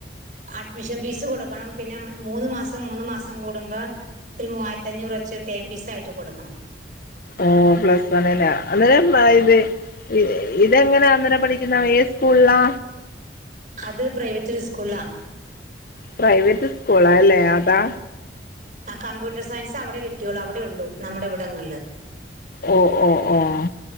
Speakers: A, on the right; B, on the left.
A: അഡ്മിഷൻ ഫീസ് കൊടുക്കണം പിന്നെ മൂന്ന് മാസം മൂന്ന് മാസം കൂടുമ്പോ ഒരു മൂവായിരത്തി അഞ്ഞൂറ് വച്ച് ഒരു ടേം പീസ് ആയിട്ട് കൊടുക്കണം
B: ഓഹ് പ്ലസ് വണ്ണിലാ അത് <unintelligible> ഇ ഇതെങ്ങനാ അന്നേരം പഠിക്കുന്ന ഏ സ്കൂളിലാ?
A: അത് പ്രൈവറ്റ് സ്കൂൾലാ
B: പ്രൈവറ്റ് സ്കൂളാ അല്ലേ അതാ
A: ആ കമ്പ്യൂട്ടർ സയൻസ് അവിടെ കിട്ടിയുള്ളു അവിടെ ഉള്ളു നമ്മുടെ ഇവിടങ്ങളില്
B: ഓഹ് ഓഹ് ഓഹ്